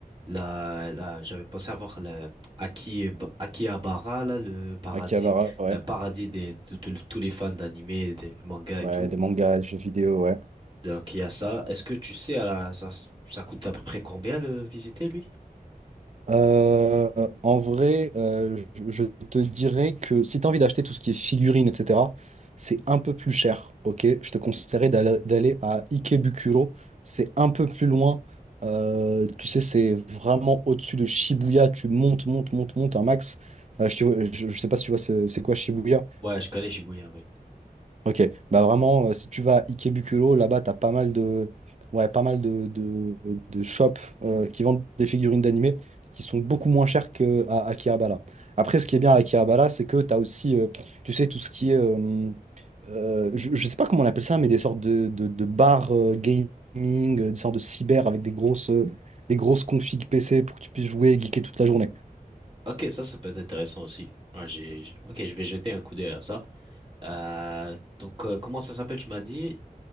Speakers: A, on the right; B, on the right.
A: la, la, j'avais pensé à voir la Aki- Akihabara, là, le paradis,
B: Akihabara, ouais.
A: un paradis des, de, de- de tous les fans d'animé, des mangas
B: Ouais,
A: et tout.
B: des mangas, des jeux vidéo, ouais.
A: Donc il y a ça. Est-ce que tu sais, à la, ça, ça coûte à peu près combien le visiter, lui?
B: Euh, en vrai, euh, je, je te dirais que si tu as envie d'acheter tout ce qui est figurines, etc., c'est un peu plus cher, ok? Je te conseillerais d'aller d'aller à Ikebukuro. C'est un peu plus loin. Euh, tu sais, c'est vraiment au-dessus de Shibuya. Tu montes, montes, montes, montes un max. Euh, je, te vois- je, je sais pas si tu vois c'est c'est quoi Shibuya.
A: Ouais, je connais Shibuya, oui.
B: Ok, bah vraiment, euh, si tu vas à Ikebukuro, là-bas, t'as pas mal de, ouais, pas mal de, de, de shops euh, qui vendent des figurines d'animé qui sont beaucoup moins chères qu'à Akihabara. Après, ce qui est bien à Akihabara, c'est que t'as aussi, euh, tu sais, tout ce qui est, euh, euh, je, je sais pas comment on appelle ça, mais des sortes de, de, de bars euh, gaming, euh, des sortes de cyber avec des grosses, euh, des grosses configs PC pour que tu puisses jouer et geeker toute la journée.
A: Ok, ça, ça peut être intéressant aussi. Ouais, j'ai, j'ai- ok, je vais jeter un coup d'œil à ça. Euh, donc, euh, comment ça s'appelle, tu m'as dit?